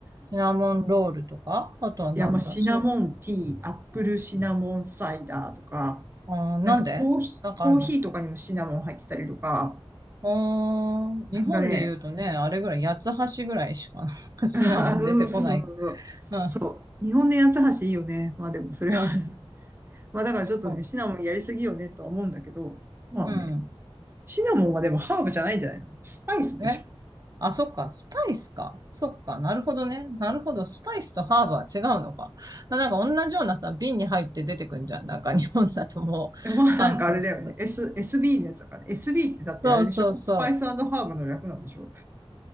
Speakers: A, on the right; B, on the right.
A: シナモンロールとか、あとはなんだ、
B: いや、まあ、シナモンティー、
A: シナ、
B: アップルシナモンサイダーとか、
A: あー、
B: なんかコーヒー、
A: なんでなんかあるの
B: コーヒーとかにもシナモン入ってたりとか、
A: あー日本で言うとね、
B: なんかね、
A: あれぐらい、八つ橋ぐらいしか <laughs> シナモン
B: あーそうそうそうそう。
A: <laughs> 出てこない。うん、
B: 日本の八つ橋いいよね。まあでもそれは
A: うん、
B: <laughs> まあだからちょっとね、
A: うん。
B: シナモンやりすぎよねとは思うんだけど、まあね、
A: うん
B: シナモンはでもハーブじゃないんじゃないのスパイスでしょ。
A: え、あ、そっか、スパイスか。そっか、なるほどね。なるほど、スパイスとハーブは違うのか。なんか同じようなさ、瓶に入って出てくんじゃん。なんか日本だともう乾燥して。
B: えまあなんかあれだよね。S、SB のやつだから、ね。SB ってだってあれでしょスパイスハーブの略なんでしょ
A: そうそうそう。